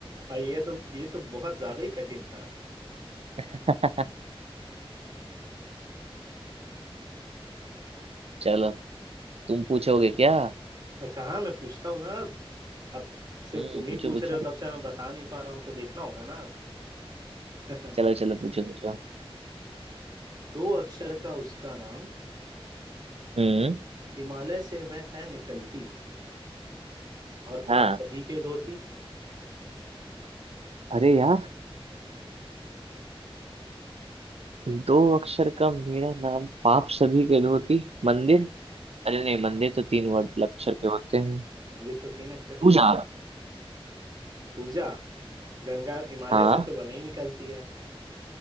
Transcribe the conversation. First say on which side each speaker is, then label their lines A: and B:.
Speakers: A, on the right; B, on the right.
A: भाई ये तो ये तो बहुत ज्यादा ही कठिन था
B: <laughs> चलो तुम पूछोगे क्या
A: अच्छा हाँ मैं पूछता हूँ ना अब अब सिर्फ
B: हम्म
A: तुम ही
B: पूछो
A: पूछ
B: पूछो
A: रहे हो तब से मैं बता नहीं पा रहा हूँ तो देखना होगा ना अब <laughs>
B: चलो चलो पूछो पूछो
A: दो अक्षर का उसका नाम
B: हम्म
A: हिमालय से वह है निकलती और
B: हाँ
A: पाप सभी के धोती
B: अरे यार दो अक्षर का मेरा नाम पाप सभी के धोती मंदिर अरे नहीं मंदिर तो तीन
A: नहीं
B: वर्ड अक्षर के होते हैं
A: मंदिर तो तीन अक्षर
B: पूजा
A: के होगा पूजा गंगा हिमालय
B: हाँ
A: से तो वही निकलती है